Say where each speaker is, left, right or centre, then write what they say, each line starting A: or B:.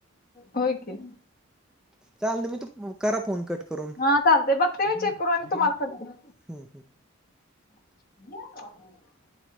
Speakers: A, on the left; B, in the centre.
A: होय की.
B: चाललं ना मी तू म करा फोन कट करून.
A: हा चालते बघते मी चेक करून तुम्हाला करते.
B: हम्म हम्म.
A: <inaudible>